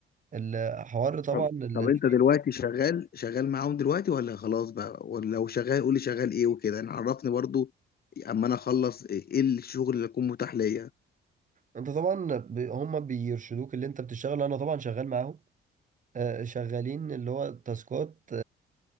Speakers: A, on the right; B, on the left.
A: الحوار طبعا
B: طب
A: ال-
B: طب
A: الفري
B: انت دلوقتي شغال شغال معاهم دلوقتي ولا خلاص بقى ولا لو شغال قولي شغال ايه وكده يعني عرفني برضو اما انا اخلص ايه إيه الشغل اللي يكون متاح ليا
A: انت طبعا ب... هم بيرشدوك اللي انت بتشتغل انا طبعا شغال معاهم آه، شغالين اللي هو تاسكات